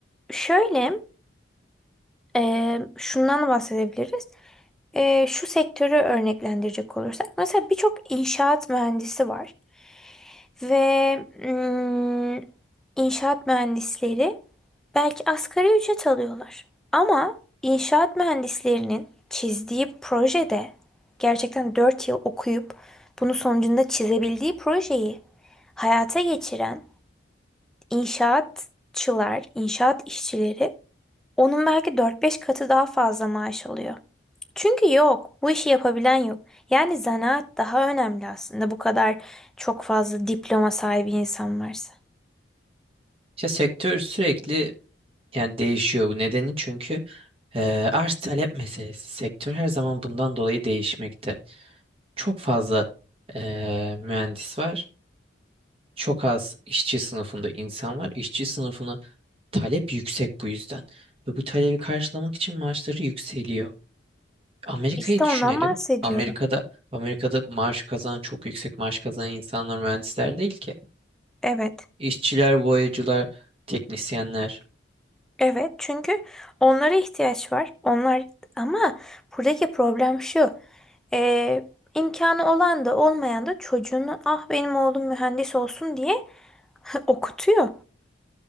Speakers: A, in the centre; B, on the right (about 30°).
A: şöyle Ee, şundan bahsedebiliriz. Ee, şu sektörü örneklendirecek olursak. Mesela birçok inşaat mühendisi var. Ve mm, inşaat mühendisleri belki asgari ücret alıyorlar. Ama inşaat mühendislerinin çizdiği projede gerçekten 4 yıl okuyup bunun sonucunda çizebildiği projeyi hayata geçiren inşaatçılar, inşaat işçileri onun belki dört beş katı daha fazla maaş alıyor. Çünkü yok, bu işi yapabilen yok. Yani zanaat daha önemli aslında bu kadar çok fazla diploma sahibi insan varsa.
B: İşte sektör sürekli yani değişiyor bu nedeni çünkü e, arz talep meselesi. Sektör her zaman bundan dolayı değişmekte. Çok fazla e, mühendis var. Çok az işçi sınıfında insan var. İşçi sınıfına talep yüksek bu yüzden. Ve bu talebi karşılamak için maaşları yükseliyor. Amerika'yı
A: İşte
B: düşünelim.
A: ondan bahsediyorum.
B: Amerika'da Amerika'da maaş kazanan çok yüksek maaş kazanan insanlar mühendisler değil ki.
A: Evet,
B: İşçiler, boyacılar, teknisyenler.
A: evet çünkü onlara ihtiyaç var. Onlar ama buradaki problem şu. Ee, imkanı olan da olmayan da çocuğunu ah benim oğlum mühendis olsun diye <laughs> okutuyor.